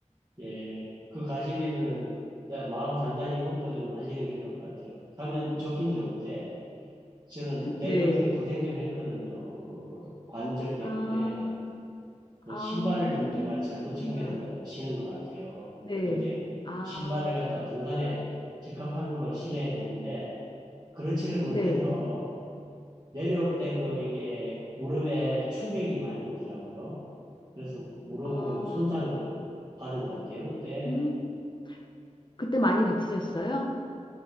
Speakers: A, on the right (about 35°); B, on the left (about 35°).
A: 예. 그 가시려면은 나- 마음 단단히 먹고 좀 하시는 게 좋을 것 같아요. 가면 좋긴 좋은데, 저는 내려올
B: 네.
A: 때 고생 좀 했거든요. 그 관절 때문에.
B: 아,
A: 그
B: 아,
A: 신발을 좀 제가 잘못
B: 그렇구나.
A: 챙겨서 신은 것 같아요.
B: 네.
A: 근데
B: 아,
A: 신발을 갖다 등산에 적합한 걸로 신어야 되는데 그렇지를 못해서
B: 네.
A: 내려올 때 그 이게 무릎에 충격이 많이 오더라고요. 그래서 무릎을
B: 아,
A: 좀 손상을 받은 것 같아요. 그때
B: 음, 그때 많이 다치셨어요?